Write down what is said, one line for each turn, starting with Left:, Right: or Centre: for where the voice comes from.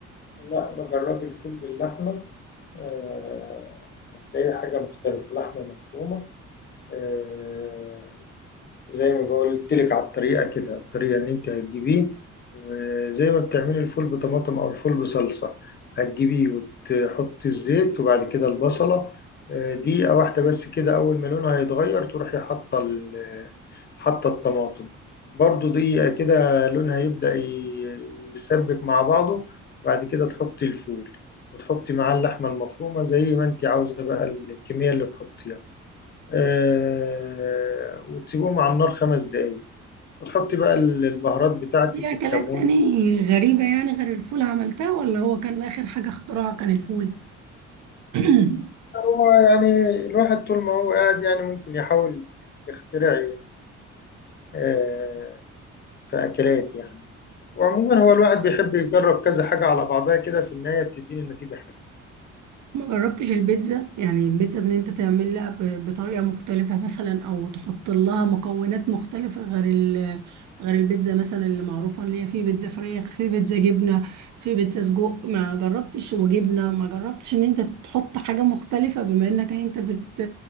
Left: لا بجرب الفول باللحمة آه، هتلاقي حاجة مختلفة لحمة مفرومة آه، زي ما قلت لك على الطريقه كده الطريقه ان انت هتجيبيه وزي ما بتعملي الفول بطماطم او الفول بصلصه هتجيبيه وتحطي الزيت وبعد كده البصله آه، دقيقه واحده بس كده اول ما لونها هيتغير تروحي حاطه ال- حاطه الطماطم برضو دقيقه كده لونها يبدا ي- يسبك مع بعضه وبعد كده تحطي الفول وتحطي معاه اللحمه المفرومه زي ما انت عاوزه بقى الكميه اللي تحطيها آه، وتسيبهم على النار خمس دقايق وتحطي بقى ال- البهارات بتاعتك
Right: في اكلات
Left: الكمون
Right: تاني غريبه يعني غير الفول عملتها ولا هو كان اخر حاجه اختراع كان الفول <clears throat>
Left: هو يعني الواحد طول ما هو قاعد يعني ممكن يحاول يخترع آه، في أكلات يعني وعموما هو الواحد بيحب يجرب كذا حاجة على بعضها كده في النهاية بتديني النتيجة حلوة
Right: ما جربتش البيتزا يعني البيتزا ان انت تعملها ب- بطريقة مختلفة مثلا او تحط لها مكونات مختلفة غير ال غير البيتزا مثلا اللي معروفة اللي هي في بيتزا فراخ في بيتزا جبنة في بيتزا سجق ما جربتش وجبنة ما جربتش ان انت تحط حاجة مختلفة بما انك انت بت